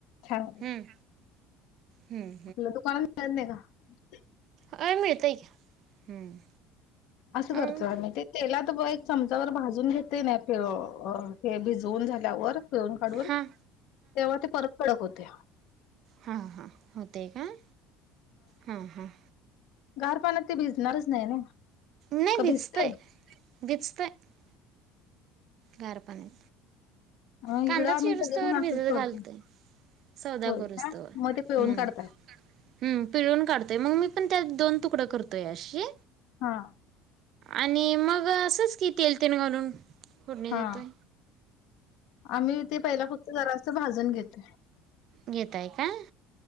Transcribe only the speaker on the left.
छान!
आपलं दुकानात मिळत नाही का? ् <unintelligible>
असं करतो
आम्ही ते तेला <unintelligible> चमचावर भाजून घेते ना हे भिजवून झाल्यावर. <unintelligible> काढून तेव्हा
ते परत. कडक होतय.
गार पाण्यातत ते भिजणारच नाही ना.
का
भिजते
अ,
इकडं आम्ही
सगळेजण
असंच करतो.
होय.
हां. मग ते पिळून
काढताय.
हां,
हां.
आम्ही ते पहिला फक्त जरास भाजून घेतो. <unintelligible>